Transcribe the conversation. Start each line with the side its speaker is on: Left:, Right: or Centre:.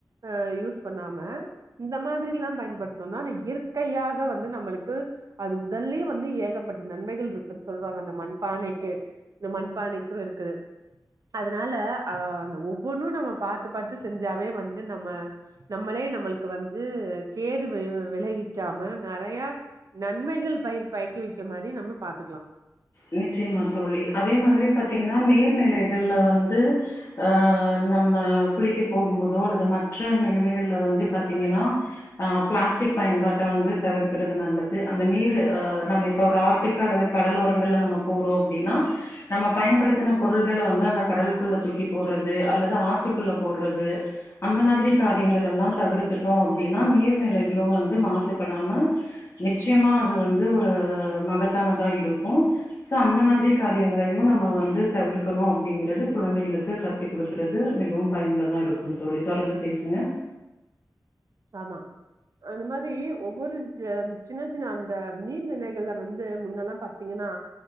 Right: அ யூஸ் பண்ணாம இந்த மாதிரில்லா பயன்படுத்னோனா அந்த இயற்கையாக வந்து நம்மளுக்கு அது உடல்லே வந்து ஏகப்பட்ட நன்மைகள் இருக்குன் சொல்வாங்க அந்த மண்பானைக்கே இந்த மண்பானைக்கு இருக்குது அதுனால அ அந்த ஒவ்வொன்னு நம்ம பாத்து பாத்து செஞ்சாவே வந்து நம்ம நம்மளே நம்மளுக்கு வந்து கேடு வி விளைவிக்காம நெறைய நன்மைகள் பய பயக்கி வைக்க மாரி நம்ம பாத்துக்லா
Left: நிச்சயமா தோழி அதே மாதிரி பாத்திங்கன்னா நீர்நிலைகள்ல வந்து ஆ நம்ம குளிக்க போகும் போதோ அல்லது மற்ற நெலைமைகள்ல வந்து பாத்திங்கன்னா அ பிளாஸ்டிக் பயன்பாட்ட வந்து தவிர்க்குறது நல்லது அந்த நீரு அ நம்ம இப்போ ஒரு ஆ த்துக்கு அல்லது கடலோரங்கள்ல நம்ம போறோ அப்டின்னா நம்ம பயன்படுத்தின பொருள்கள வந்து அந்த கடல்க்குள்ள தூக்கி போட்றது அல்லது ஆத்துக்குள்ள போட்றது அந்த மாதிரி காரியங்கள் எல்லா தவிர்த்துட்டோ அப்டின்னா நீர்நிலைகளு வந்து மாசுபடாம நிச்சியமா அது வந்து ஒரு மகத்தானதா இருக்கு சோ அந்த மாதிரி காரியங்களையு நம்ம வந்து தவிர்க்கணு அப்டிங்குறது குழந்தைகளுக்கு கத் த்து குடுக்றது மிகவு பயனுள்ளதா இருக்கு தோழி தொடர்ந்து பேசுங்க
Right: ஆமா அந்த மாரி ஒவ்வொரு ஜ சின்ன சின்ன அந்த நீர்நிலைகள்ல வந்து முன்னெல்லா பாத் தீங்கன்னா